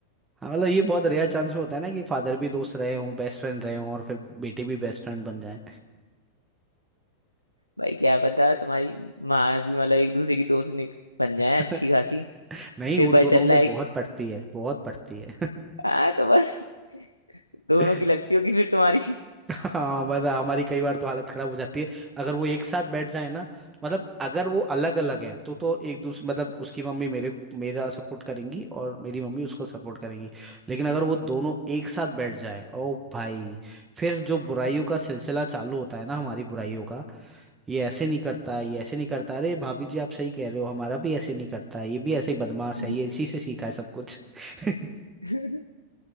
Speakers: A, on the right; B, on the left.
A: हाँ मतलब ये बहुत रेयर चांस में होता है ना कि फादर भी दोस्त रहे हों बेस्ट फ्रेंड रहे हों और फिर बेटे भी बेस्ट फ्रेंड बन जाएं
B: भाई क्या पता तुम्हारी माँ भी मतलब एक दूसरे की दोस्त नि- बन जाए
A: <laughs>
B: अच्छी खासी
A: नहीं
B: पेपर
A: उन दोनों
B: चल
A: में
B: रहा है
A: बहुत पड़ती है बहुत पड़ती है
B: हाँ तो बस दोनों
A: <laughs>
B: की लगती होगी फिर तुम्हारी
A: हाँ मतलब हमारी कई बार तो हालत खराब हो जाती है अगर वो एक साथ बैठ जाए ना मतलब अगर वो अलग अलग हैं तो तो एक दूसरे मतलब उसकी मम्मी मेरे मेरा सपोर्ट करेंगी और मेरी मम्मी उसको सपोर्ट करेंगी लेकिन अगर वो दोनों एक साथ बैठ जाएं ओ भाई फिर जो बुराइयों का सिलसिला चालू होता है ना हमारी बुराइयों का ये ऐसे नहीं करता ये ऐसे नहीं करता अरे भाभी जी आप सही कह रहे हो हमारा भी ऐसे नहीं करता ये भी ऐसे ही बदमाश
B: <laughs>
A: है ये इसी से सीखा है सब कुछ <laughs>
B: <laughs>